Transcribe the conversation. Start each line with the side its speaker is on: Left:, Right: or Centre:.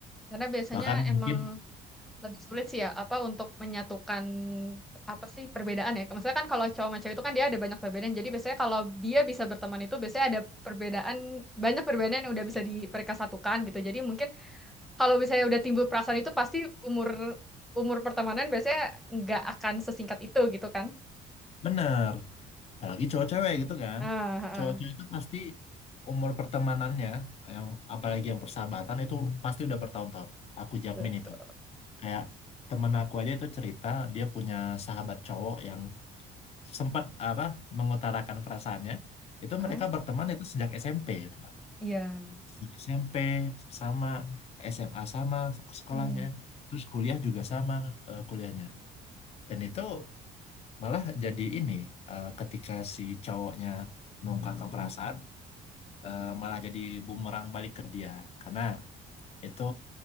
Centre: Karena biasanya
Left: Bahkan
Centre: emang
Left: mungkin
Centre: lebih sulit sih ya, apa untuk menyatukan apa sih perbedaan ya. Maksudnya kan kalau cowok sama cewek itu kan dia ada banyak perbedaan. Jadi biasanya kalau dia bisa berteman itu biasanya ada perbedaan, banyak perbedaan yang udah bisa di- mereka satukan gitu. Jadi mungkin kalau misalnya udah timbul perasaan itu pasti umur umur pertemanan biasanya nggak akan sesingkat itu gitu kan.
Left: bener, apalagi cowok-cewek gitu kan.
Centre: Ah, ah,
Left: Cowok-cewek
Centre: ah.
Left: itu pasti umur pertemanannya, yang apalagi yang persahabatan itu pasti udah bertahun-tahun. Aku jamin
Centre: Betul,
Left: itu.
Centre: betul.
Left: Kayak temen aku aja itu cerita dia punya sahabat cowok yang sempat apa mengutarakan perasaannya itu
Centre: Ah,
Left: mereka berteman itu sejak SMP gitu loh
Centre: iya.
Left: sejak SMP sama SMA sama sekolahnya
Centre: Hmm,
Left: terus kuliah juga sama eh, kuliahnya dan itu malah jadi ini eh, ketika si cowoknya mengungkapkan perasaan eh, malah jadi bumerang balik ke dia karena itu